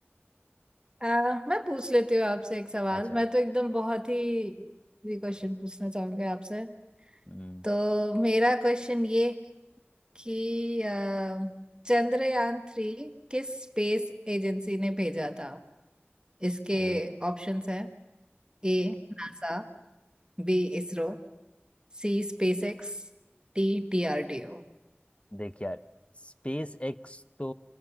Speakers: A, on the right; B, on the left.
A: अ, मैं पूछ लेती हूँ आपसे एक सवाल
B: अच्छा
A: मैं तो एकदम बहुत ही क्वेश्चन पूछना चाहूंगी आपसे
B: हम्म
A: तो मेरा क्वेश्चन ये कि अ, चंद्रयान थ्री किस स्पेस एजेंसी ने भेजा था इसके
B: तो
A: ऑप्शंस हैं A NASA B ISRO C SpaceX D DRDO
B: देख यार स्पेस एक्स तो